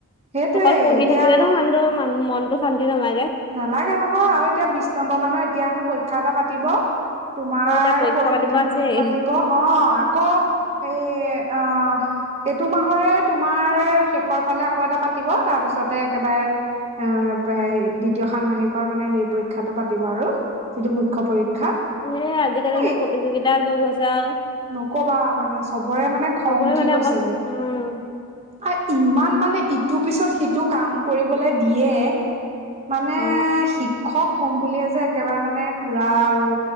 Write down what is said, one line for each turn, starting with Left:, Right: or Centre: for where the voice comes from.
Right: সেইটোৱে
Left: অকল পঢ়ি
Right: এতিয়া
Left: থাকিলেতো
Right: আকৌ
Left: শান্ত ম মনটো শান্তি নালাগে
Right: নালাগে নহয় আৰু এতিয়া বিশ নম্বৰ মানৰ এতিয়া হেনো পৰীক্ষা এটা পাতিব। তোমাৰ
Left: আকৌ এতিয়া পৰীক্ষা
Right: পৰহিলৈ
Left: পাতিব আছেই
Right: মানে পাতিব অ' আকৌ এই অ' এইটো মাহৰে তোমাৰ শেষৰ ফালে আকৌ এটা পাতিব তাৰপিছতে একেবাৰে এ দ্বিতীয় ষানমাহিকৰ মানে সেই পৰীক্ষাটো পাতি দিব আৰু, যিটো মুখ্য্ পৰীক্ষা
Left: সেই আজিকালি মানে
Right: এই
Left: প্ৰতিযোগিতাৰ যুগ হৈছে আৰু
Right: নকবা মানে চবৰে মানে খং
Left: চবৰে
Right: উঠি
Left: মানে
Right: গৈছেগে।
Left: অকল উম
Right: আৰু ইমান মানে ইটোৰ পিছত সিটো কাম কৰিবলৈ দিয়ে, মানে
Left: অ
Right: শিক্ষক হম বুলিয়ে যে একেবাৰে মানে পুৰা আৰু